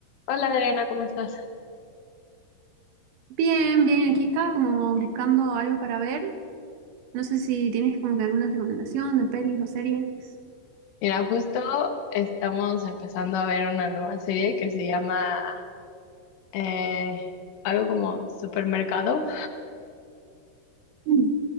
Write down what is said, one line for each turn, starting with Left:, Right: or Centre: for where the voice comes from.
Left: Hola Adriana, ¿cómo estás?
Right: Bien, bien, aquí estaba como buscando algo para ver. No sé si tienes como que alguna recomendación de pelis o series.
Left: Mira, justo estamos empezando a ver una nueva serie que se llama eh, algo como Supermercado,
Right: Mm,